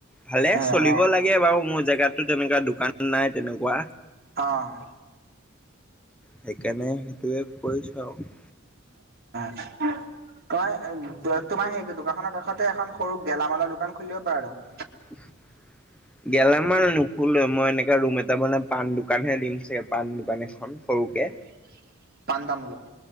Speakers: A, in the centre; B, on the right.
A: ভালে
B: এ
A: চলিব
B: অ
A: লাগে বাৰু, মোৰ জেগাতোত তেনেকুৱা দোকান নাই, তেনেকুৱা
B: অ'।
A: সেইকাৰণে, সেইটোৱে কৰিছো আৰু।
B: উম <unintelligible> তোমাৰ- তোমাৰ সেই দোকানখনৰ কাষতে এখন সৰু গেলামালৰ দোকান খুলিব পাৰা দেখোন?
A: <unintelligible> গেলামান নোখোলো। মই এনেকাে ৰুম এটা বনাই পাণ দোকানহে দিম চাগে, পাণ দোকান এখন। সৰুকে।
B: <unintelligible> তামোলৰ